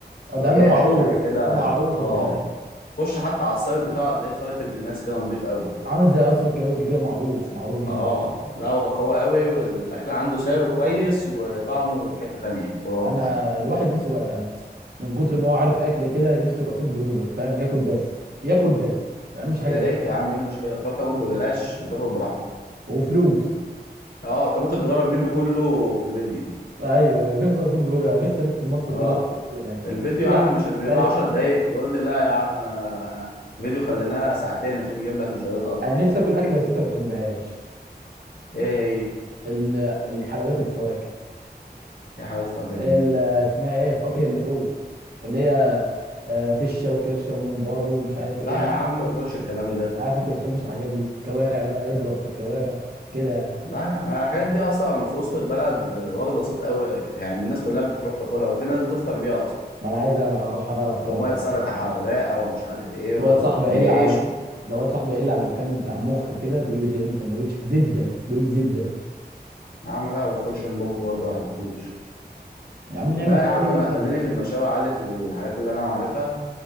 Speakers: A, on the right (about 65°); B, on the left (about 55°).
A: اه ده
B: ياه
A: عندنا معروف
B: حاجه كده
A: ده معروف
B: اه
A: الدهان
B: خش حتى على السايت بتاعه تلاقيه سايت ابن ناس كده نضيف قوي
A: عامل زي قصر الكبابجي كده معروف معروف جدا
B: اه
A: يعني
B: لا هو قوي قوي والاكل عنده سعره كويس وطعمه في حته تانية خرافه
A: انا
B: يعني
A: الواحد نفسه بقى من كتر ما هو عارف اكل كده نفسه يبقى فود بلوجر فاهم ياكل بس ياكل بس ما يعملش حاجه
B: يا
A: تاني
B: ريت يا عم ايه المشكله تروح تاكل ببلاش وتاكل براحتك
A: وفلوس
B: اه انت ممكن تجرب منه كله في فيديو
A: ايوه ايوه نفسي ابقى فود بلوجر انا نفسي الف في مصر
B: اه
A: كلها بالاكل
B: الفيديو
A: في
B: يا عم
A: ع-
B: مش بيبقى
A: مش عارف
B: 10 دقايق يقول لي لا يا عم آه، فيديو خليناه ساعتين عشان يجيب لك مشاهدات اكتر
A: انا نفسي اكل اكله بس انت ما بتحبهاش
B: ايه هي
A: ال- الحلويات الفواكه
B: ايه حلاوه الفجر
A: ال-
B: دي
A: اسمها ايه فواكه اللحوم اللي هي آه، فشه وكرشه وممبار ومش عارف
B: لا
A: ايه ومخ
B: يا عم ما باخدش الكلام ده
A: عارف انت ما بتحبش الحاجات دي كوارع بقى اضرب في الكوارع كده يعني.
B: لا يا عم الحاجات دي اصلا في وسط البلد آه، واخده صيت قوي يعني الناس كلها بتروح تاكلها وفي ناس بتفطر بيها اصلا
A: ما انا عايز اروح انا افطر
B: وميه سلطه حراقه ومش عارف ايه
A: في
B: وبيعيشوا
A: واد صاحبي قايل لي على ده واد صاحبي قايل لي على مكان بتاع مخ كده بيقول لي بيعمل سندوتش زبده بيقول لي زبده
B: يا عم لا ما باكلش المخ برضه ما بحبوش
A: يا عم نعمل
B: لا يا عم انا
A: آه،
B: خليني في المشاوي عادي في الحاجات اللي انا عارفها